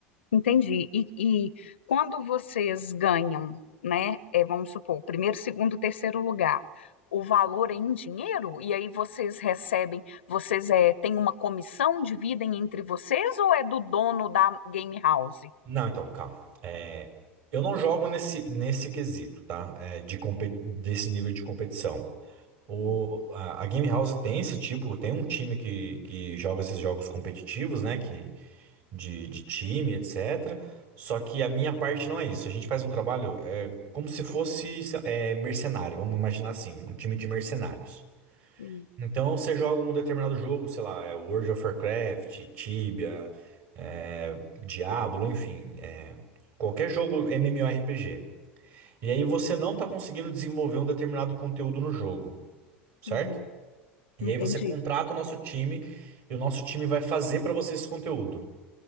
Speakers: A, on the left; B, on the right.
A: Entendi. E, e quando vocês ganham, né? é, vamos supor, primeiro, segundo, terceiro lugar, o valor é em dinheiro? E aí vocês recebem, vocês é, têm uma comissão, dividem entre vocês ou é do dono da game house?
B: Não, então, calma. É, Eu não jogo nesse, nesse quesito, tá? É, de compe- desse nível de competição. O,
A: Hum,
B: a, a Game House tem esse tipo, tem um time que, que joga esses jogos competitivos, né? Que de, de time, etc. Só que a minha parte não é isso. A gente faz um trabalho é, como se fosse se- é, mercenário, vamos imaginar assim, um time de mercenários.
A: hum,
B: Então você joga um determinado jogo, sei lá, é World of Warcraft, Tibia, é, Diablo, enfim, é, qualquer jogo MMORPG. E aí você não está conseguindo desenvolver um determinado conteúdo no jogo, certo?
A: uhum,
B: E
A: entendi.
B: aí você contrata o nosso time e o nosso time vai fazer para você esse conteúdo.